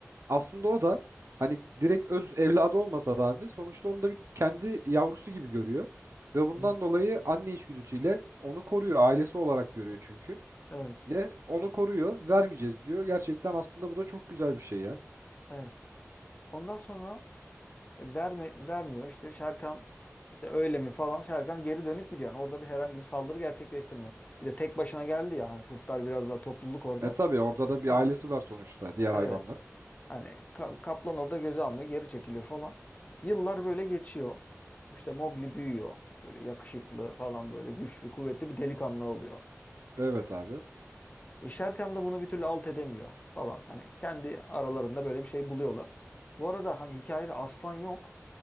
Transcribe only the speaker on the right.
aslında o da hani direkt öz evladı olmasa da abi sonuçta onu da bir kendi yavrusu gibi görüyor ve bundan
dolayı anne içgüdüsüyle onu koruyor ailesi olarak görüyor çünkü.
Ne onu koruyor vermeyeceğiz diyor. Gerçekten aslında bu da çok güzel bir şey ya.
E tabii orada da bir
ailesi var sonuçta diğer
hayvanlar.
Evet abi.